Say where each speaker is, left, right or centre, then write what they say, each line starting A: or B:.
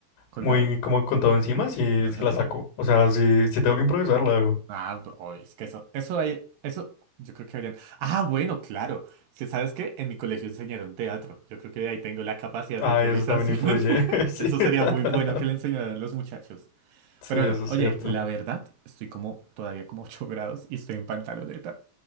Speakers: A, on the right; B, on the left.
A: ¿Colgado?
B: muy como con todo encima, si
A: Ajá.
B: es que la saco. O sea, si, si tengo que improvisar, la hago.
A: Ah, no, oye, es que eso, eso hay, eso yo creo que habrían. Ah, bueno, claro. Es que sabes que en mi colegio enseñaron teatro. Yo creo que de ahí tengo la capacidad
B: Ay,
A: de improvisación.
B: eso también influye.
A: <laughs>
B: <laughs> Sí.
A: Eso
B: <laughs>
A: sería muy bueno que le enseñaran a los muchachos.
B: Sí,
A: Pero
B: eso
A: bueno,
B: es
A: oye,
B: cierto.
A: la verdad, estoy como todavía como 8 grados y estoy en pantaloneta.